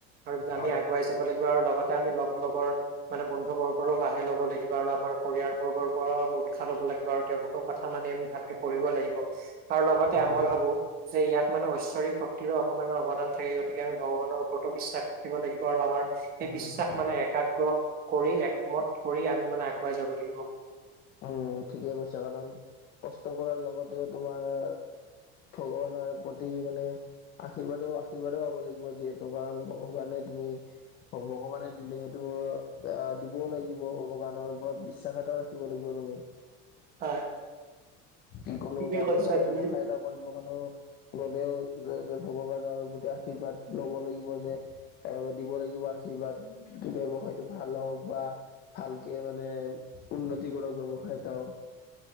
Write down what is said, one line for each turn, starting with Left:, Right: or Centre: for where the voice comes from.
Right: আৰু
Left: হয়
Right: আমি আগুৱাই যাব লাগিব আৰু লগতে আমি লগ লগৰ মানে বন্ধু বৰ্গৰো সহায় ল'ব লাগিব আৰু আমাৰ পৰিয়াল বৰ্গৰ পৰাও উৎসাহ ল'ব লাগিব আৰু তেওঁলোকৰ কথা মানি আমি ভালকে পঢ়িব লাগিব, আৰু লগতে
Left: হয় হয়
Right: মই ভাবো যে ইয়াত মানে ঐশ্বৰিক শক্তিৰো অকণমান অৱদান থাকে গতিকে আমি ভগৱানৰ ওপৰতো বিশ্বাস দিব লাগিব আৰু আমাৰ সেই বিশ্বাস
Left: হয় হয়
Right: মানে একাগ্ৰ কৰি একমত কৰি আমি মানে আগুৱাই যাব লাগিব।
Left: উম ঠিকে কৈছা, কাৰণ কষ্ট কৰাৰ লগতেও তোমাৰ ভগৱানৰ প্ৰতি মানে আশীৰ্বাদও আশীৰ্বাদও হ'ব লাগিব যিহেতু কাৰণ ভগৱানে তুমি ভগৱানে দিলে সেইটো আহ দিবও লাগিব ভগৱানৰ ওপৰত বিশ্বাস এটাও ৰা দিব লাগিব তুমি।
Right: হয়।
Left: যিকোনো
Right: ঠিকেই
Left: বাব
Right: কৈছা
Left: ধৰা ব্যৱসায়ত।
Right: তুমি
Left: কৰিব কাৰণেও গলেও যে যে ভগৱানৰ প্ৰতি আশীৰ্বাদ ল'ব লাগিব যে। ত দিব লাগিব আশীৰ্বাদ ব্যৱসায়টো ভাল হওক বা। ভালকে মানে উন্নতি কৰক ব্যৱসায় এটাও।